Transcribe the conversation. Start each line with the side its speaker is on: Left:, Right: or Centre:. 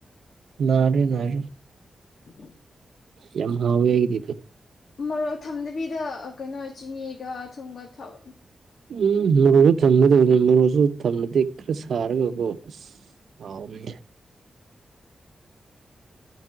Right: ꯅꯥꯗꯤ ꯅꯥꯏ
Left: <inaudible>
Right: ꯌꯥꯝ ꯍꯥꯎꯋꯦ ꯑꯩꯒꯤꯗꯤ
Left: ꯃꯣꯔꯣꯛ ꯊꯝꯗꯕꯤꯗ ꯑꯥ ꯀꯩꯅꯣ ꯆꯤꯅꯤꯒ ꯊꯨꯝꯒ ꯊꯝ
Right: ꯎꯝ ꯃꯔꯣꯛꯁꯨ ꯊꯝꯒꯗꯕꯅꯤ ꯃꯔꯣꯛꯁꯨ ꯊꯝꯃꯗꯤ ꯈꯔ ꯁꯥꯔꯥꯒꯀꯣ ꯑꯁ ꯍꯥꯎꯋꯤ